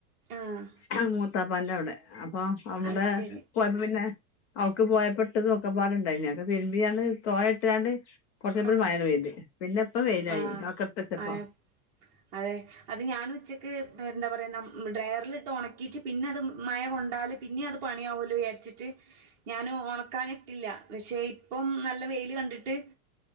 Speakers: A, on the right (about 20°); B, on the left (about 45°).
A: ആഹ്
B: ആഹ് മൂത്താപ്പാന്റവ്ടെ അപ്പൊ അവ്ടെ
A: അത് ശരി
B: പോയപ്പോ പിന്നെ അവ്ട്ക്ക് പോയപ്പെട്ടതും ഒക്കെപാടെണ്ടായിനി അതൊക്കെ തിരുമ്പിയാണ്ട് തോരട്ടാണ്ട് കൊറച്ചയ്ഞപ്പോത്തിന്
A: ആഹ്
B: മഴാണ്ട് പെയ്ത് പിന്നെ വെയിലായി
A: ആഹ്
B: അതൊക്കെ ഇട്ത്തച്ചപ്പോ
A: അയം അതെ അത് ഞാനുച്ചക്ക് എന്താ പറയാ നമ് ഡ്രയർല്ട്ട് ഒണക്കീട്ട് പിന്നെ അത് മഴ കൊണ്ടാല് പിന്നിയത് പണിയാവലോയാര്ച്ചിട്ട് ഞാനു ഒണക്കാനിട്ടില്ല പക്ഷേ ഇപ്പം നല്ല വെയില് കണ്ടിട്ട്